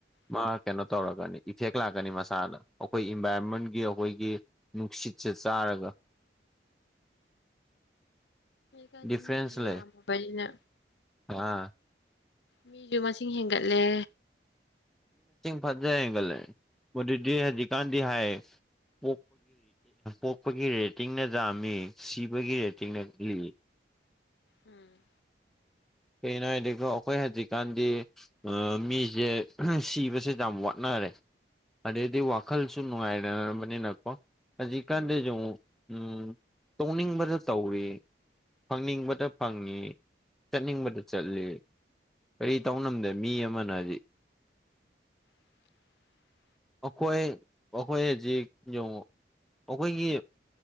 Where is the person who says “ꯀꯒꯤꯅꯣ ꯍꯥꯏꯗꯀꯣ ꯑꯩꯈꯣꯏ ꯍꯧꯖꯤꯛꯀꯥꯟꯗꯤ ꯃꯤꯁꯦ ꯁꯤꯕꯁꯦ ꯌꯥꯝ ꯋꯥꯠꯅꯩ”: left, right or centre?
Centre